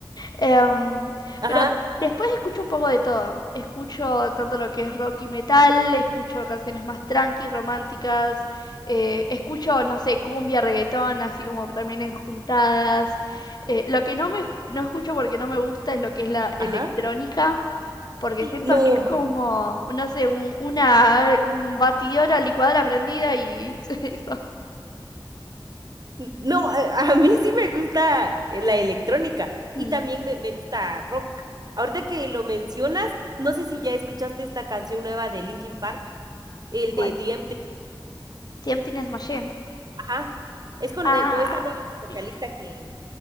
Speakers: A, on the left; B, on the right.
A: Em,
B: Ajá,
A: pero después escucho un poco de todo. Escucho tanto lo que es rock y metal, escucho canciones más tranquis, románticas, eh, escucho, no sé, cumbia, reggaetón, así como también en juntadas. Eh, lo que no me escu- no escucho porque no me gusta es lo que es la
B: ajá,
A: electrónica. Porque siento
B: no.
A: que es como, no sé, un- una mm, batidora, licuadora prendida y <laughs> eso.
B: No, a a mí sí me gusta eh, la electrónica
A: Mm,
B: y también me, me gusta rock. Ahorita que lo mencionas, no sé si ya escuchaste esta canción nueva de Linkin Park, el
A: ¿Cuál?
B: de DMT.
A: Tempting as Machine.
B: Ajá. Es con,
A: Ah,
B: eh, con esta nueva vocalista
A: sí.
B: que,